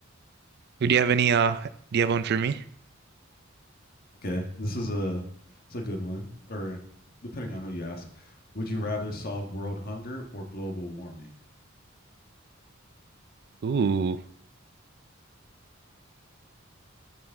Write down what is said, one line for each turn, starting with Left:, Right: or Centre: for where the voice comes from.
Right: Do you have any uh do you have one for me?
Left: Okay, this is a it's a good one, or depending on who you ask. Would you rather solve world hunger or global warming?
Right: Ooh.